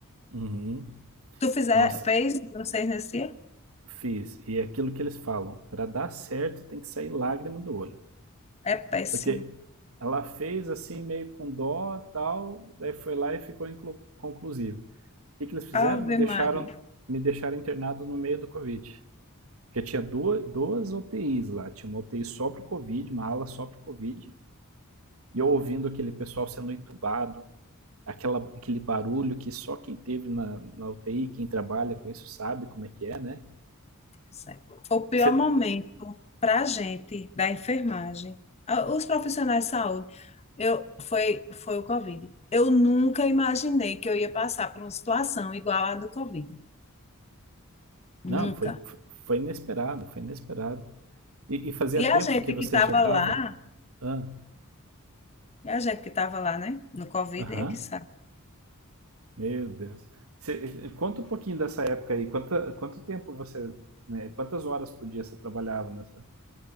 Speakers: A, on the right (about 70°); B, on the left (about 30°).
A: Uhum.
B: Tu fizer,
A: Nossa,
B: fez vocês nesse dia?
A: fiz. E é aquilo que eles falam: para dar certo tem que sair lágrima do olho.
B: É péssimo.
A: Porque ela fez assim, meio com dó tal, daí foi lá e ficou conclusivo. O que, que eles fizeram?
B: Ave
A: Me deixaram,
B: Maria.
A: me deixaram internado no meio do Covid. Porque tinha duas, duas UTIs lá. Tinha uma UTI só para o Covid, uma ala só para o Covid, E eu ouvindo aquele pessoal sendo entubado, aquela, aquele barulho que só quem teve na, na UTI, quem trabalha com isso sabe como é que é, né?
B: Certo. o pior
A: Você,
B: momento para a gente da enfermagem, a- os profissionais de saúde, eu, foi, foi o Covid. Eu nunca imaginei que eu ia passar por uma situação igual à do Covid. Nunca.
A: não, foi, foi inesperado, foi inesperado. E, e fazia
B: E a
A: tempo
B: gente
A: que você
B: que estava
A: já estava.
B: lá,
A: Aham,
B: e a gente que estava lá, né, no Covid,
A: ah,
B: é que sabe.
A: meu Deus. Você, conta um pouquinho dessa época aí. Quanto, quanto tempo você. Né, quantas horas por dia você trabalhava nessa?